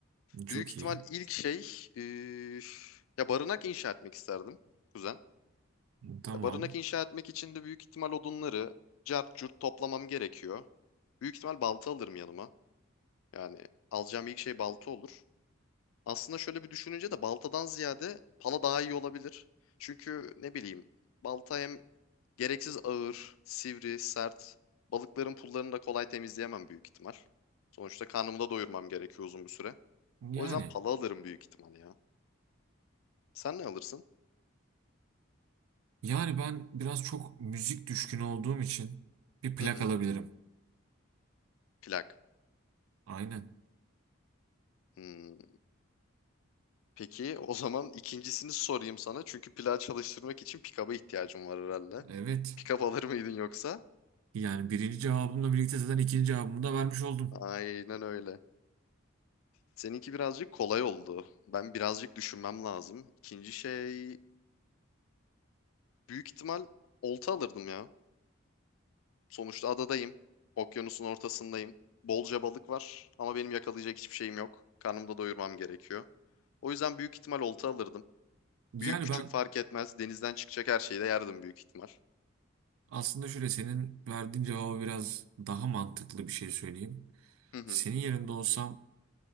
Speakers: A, on the right; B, on the left.
A: Çok
B: Büyük ihtimal
A: iyi.
B: ilk şey... eee, ya barınak inşa etmek isterdim kuzen.
A: Tamam.
B: Ya barınak inşa etmek için de büyük ihtimal odunları cart curt toplamam gerekiyor. Büyük ihtimal balta alırım yanıma. Yani alacağım ilk şey balta olur. Aslında şöyle bir düşününce de baltadan ziyade pala daha iyi olabilir. Çünkü ne bileyim balta hem gereksiz ağır, sivri, sert. Balıkların pullarını da kolay temizleyemem büyük ihtimal. Sonuçta karnımı da doyurmam gerekiyor uzun bir süre.
A: Yani.
B: O yüzden pala alırım büyük ihtimal ya. Sen ne alırsın?
A: Yani ben biraz çok müzik düşkünü olduğum için bir plak
B: Hı hı,
A: alabilirim.
B: plak.
A: Aynen.
B: Hmm. Peki o zaman ikincisini sorayım sana. Çünkü plan çalıştırmak için pick-up'a ihtiyacım var herhalde.
A: Evet.
B: Pick-up alır mıydın yoksa?
A: Yani birinci cevabımla birlikte zaten ikinci cevabımı da vermiş oldum.
B: Aynen öyle. Seninki birazcık kolay oldu. Ben birazcık düşünmem lazım. İkinci şey büyük ihtimal olta alırdım ya. Sonuçta adadayım. Okyanusun ortasındayım. Bolca balık var ama benim yakalayacak hiçbir şeyim yok. Karnımı da doyurmam gerekiyor. O yüzden büyük ihtimal olta alırdım.
A: Yani
B: Büyük küçük
A: ben
B: fark etmez. Denizden çıkacak her şeyi de yerdim büyük ihtimal.
A: aslında şöyle senin verdiğin cevabı biraz daha mantıklı bir şey söyleyeyim.
B: Hı hı.
A: Senin yerinde olsam